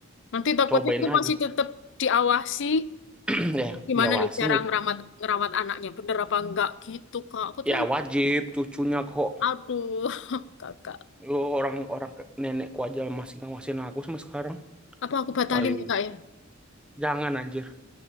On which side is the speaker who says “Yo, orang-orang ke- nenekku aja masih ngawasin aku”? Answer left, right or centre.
Centre